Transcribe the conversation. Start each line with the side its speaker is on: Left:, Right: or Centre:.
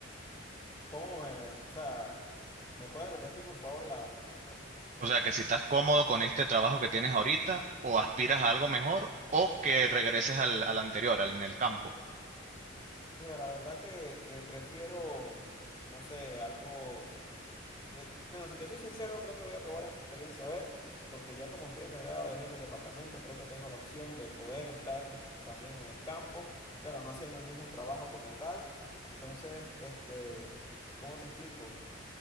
Left: ¿Cómo me, me- o sea, me puedes repetir, por favor, la, la- la- la- la-
Right: O sea, que si estás cómodo con este trabajo que tienes ahorita o aspiras a algo mejor o que regreses al, al anterior, al, en el campo.
Left: Mira, la verdad que eh, prefiero, no sé, algo... de- Bueno, si te soy sincero, creo que voy a probar esta experiencia, a ver, porque ya como estoy encargado de jefe de departamento, creo que tengo la opción de poder estar también en el campo, claro, no haciendo el mismo trabajo como tal. Entonces, este, ¿cómo te explico?